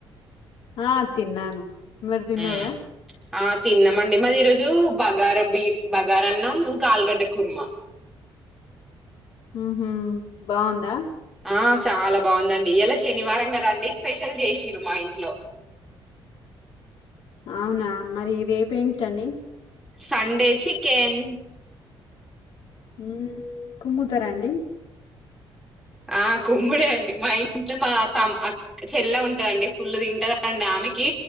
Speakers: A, on the left (about 70°); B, in the centre.
A: ఆ తిన్నాను మరి తిన్నార
B: మ్మ్ ఆ తిన్నామండి మాది ఈరోజు బగార బీ బగారాన్నం ఇంకా ఆలుగడ్డ కుర్మ
A: ఉమ్ హు బాగుందా
B: ఆ చాలా బాగుందండి ఇలా శనివారం కదండి స్పెషల్ చేసిరు మా ఇంట్లో
A: అవునా మరి రేప్ ఏమిటండి
B: సండే చికెన్
A: ఉ కుమ్ముతారా అండి
B: ఆ కుమ్ముడే అండి మా ఇంట్లో మా త చెల్లె ఉంటదండి ఫుల్ తింటదండి ఆమెకి